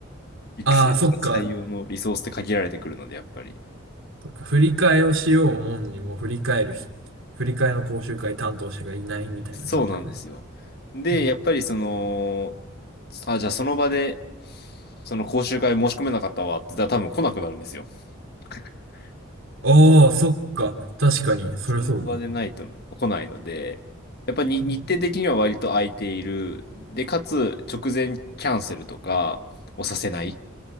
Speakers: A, on the left; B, on the right.
A: 育成とか採用のリソースって限られてくるので、
B: ああ、そっか。
A: やっぱり。
B: そっか、振り替えをしようもんにも振り替えるひ、振り替えの講習会担当者がいないみたいな感じか。
A: そうなんですよ。で、
B: うん、
A: やっぱりその、あ、じゃあその場で、その講習会申し込めなかったわって言ったら多分来なくなるんですよ。<laughs>
B: ああ、そっか。確かに、そりゃそうだ。
A: その場でないと来ないので、やっぱり日程的には割と空いている。
B: うん
A: で、かつ直前キャンセルとかをさせない。っ